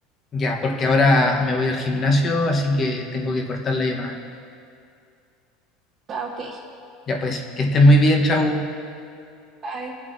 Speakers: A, on the left (about 30°); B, on the right (about 30°).
A: Ya, porque ahora me voy al gimnasio, así que tengo que cortar la llamada.
B: Ah, ok.
A: Ya pues, que esté muy bien, chau.
B: Bye.